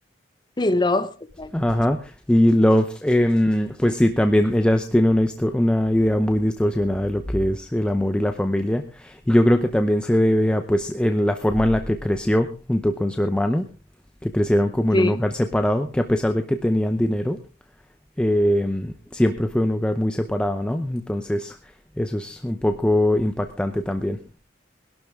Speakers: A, on the left (about 25°); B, in the centre.
A: Sí, Love. exacto.
B: Ajá, y Love, em, pues sí, también ellas tienen una, histo- una idea muy distorsionada de lo que es el amor y la familia, y yo creo que también se debe a pues en la forma en la que creció junto con su hermano, que crecieron como
A: Sí.
B: en un hogar separado, que a pesar de que tenían dinero, em, siempre fue un hogar muy separado, ¿no? Entonces, eso es un poco impactante también.